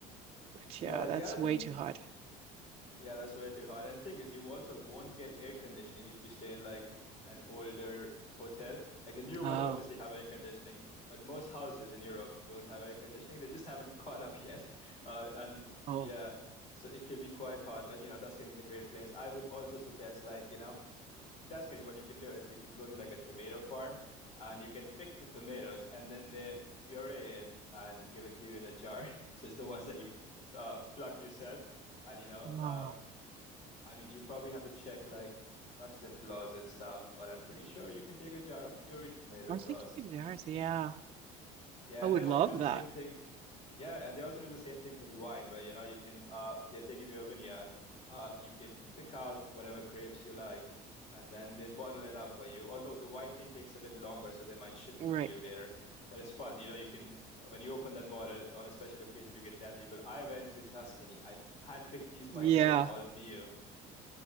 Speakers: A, on the right; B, on the left.
A: But
B: Yeah.
A: yeah, that's
B: The other thing
A: way too hot.
B: Yeah, that's way too hot. And the thing is, you also won't get air conditioning if you stay in like an older hotel. Like the new
A: Oh,
B: ones obviously have air conditioning, but most houses in Europe don't have air conditioning. They just haven't <laughs> caught up yet. Uh, and
A: oh.
B: yeah, so it can be quite hot. But you know, Tuscany is a great place. I would also suggest, like, you know, in Tuscany, what you can do is you can go to like a tomato farm and you can pick the tomatoes and then they puree it and give it to you in a jar. <laughs> So it's the ones that you uh, plucked yourself and you know
A: Oh.
B: uh, I mean, you probably have to check like customs laws and stuff, but I'm pretty sure you can take a jar of pureed tomato
A: I
B: across.
A: think you can do ours, Yeah,
B: Yeah,
A: I
B: and
A: would
B: they also
A: love
B: Yeah. do the
A: that.
B: same thing. Yeah, and they also do the same thing with wine, where you know you can uh they'll take you to a vineyard, uh you can pick out whatever grapes you like, and then they bottle it up for you. Although the wine thing takes a bit longer, so they might ship it
A: Right.
B: to you later. But it's fun, you know. You can uh, when you open that bottle on a special occasion, you can tell people, "I went to Tuscany. I handpicked these myself,
A: Yeah.
B: all for you."